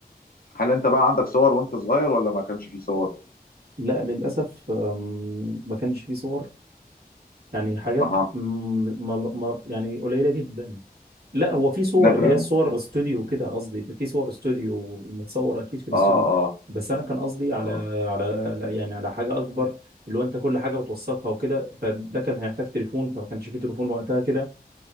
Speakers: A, on the left (about 65°); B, on the right (about 75°).
A: هل انت بقى عندك صور وانت صغير ولا ما كانش فيه صور؟
B: لا للاسف أم، ما كانش في صور يعني حاجات
A: اها
B: م- ما ما- يعني قليلة جدا لا هو في صور
A: نادرة
B: اللي هي
A: ممكن
B: صور استوديو كده قصدي في صور استوديو متصور اكيد في الاستوديو
A: اه اه
B: بس انا كان قصدي على
A: اه
B: على على- يعني على حاجه اكبر اللي هو انت كل حاجه بتوثقها وكده فده كان هيحتاج تليفون فما كانش فيه تليفون وقتها كده